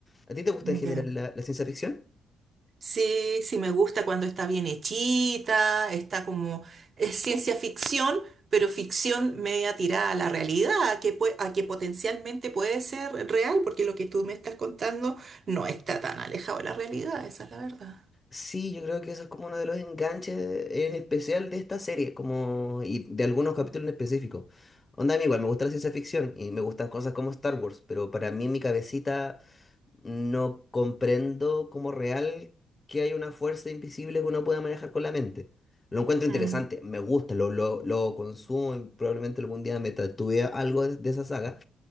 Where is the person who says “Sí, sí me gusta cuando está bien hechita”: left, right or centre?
Right